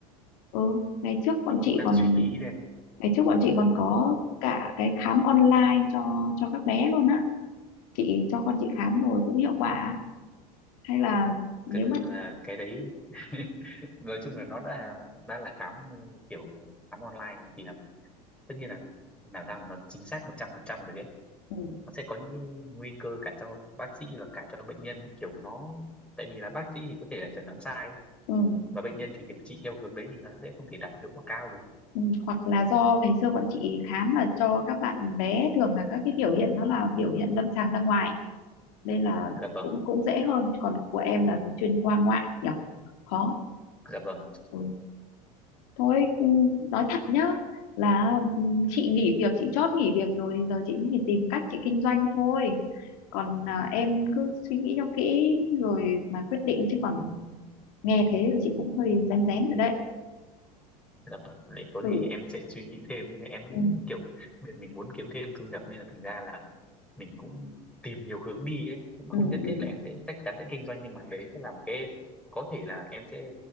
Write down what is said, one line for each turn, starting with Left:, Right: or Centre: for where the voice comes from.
Left: ừ ngày trước bọn
Centre: Em
Left: chị
Centre: cũng đang
Left: còn
Centre: suy nghĩ đây
Left: ngày trước bọn chị còn có cả cái khám online cho cho các bé luôn á chị cho con chị khám rồi cũng hiệu quả hay là nếu
Centre: thực ra
Left: mà
Centre: là cái đấy <laughs> nói chung là nó đã đã là khám ờ, kiểu khám online mà thì là tất nhiên là làm sao mà nó chính xác 100% được ấy
Left: ừ,
Centre: nó sẽ có những cái nguy cơ cả cho bác sĩ và cả cho bệnh nhân ấy. kiểu nó tại vì là bác sĩ thì có thể là chẩn đoán sai
Left: ừ.
Centre: và bệnh nhân thì điều trị theo hướng đấy thì nó sẽ không thể đạt được hiệu quả cao được
Left: Ừ, hoặc là do ngày xưa bọn chị khám là cho các bạn bé thường là các cái biểu hiện nó là biểu hiện lâm sàng ra ngoài nên là
Centre: dạ vâng
Left: cũng cũng dễ hơn còn của em là chuyên khoa ngoại nhỉ khó
Centre: dạ vâng
Left: ừ. thôi ừ, nói thật nhá là ừ, chị nghỉ việc chị chót nghỉ việc rồi thì giờ chị mới phải tìm cách chị kinh doanh thôi còn à, em cứ suy nghĩ cho kỹ rồi mà quyết định chứ còn nghe thế thì chị cũng hơi rén rén rồi đấy
Centre: dạ vâng để có gì
Left: ừ
Centre: em sẽ suy nghĩ thêm nhưng mà em
Left: ừ
Centre: cũng kiểu mình muốn kiếm thêm thu nhập nên là thành ra là mình cũng tìm nhiều hướng đi ấy cũng không
Left: ừ, ừ.
Centre: nhất thiết là em sẽ chắc chắn sẽ kinh doanh nhưng mà đấy sẽ là một cái có thể là em sẽ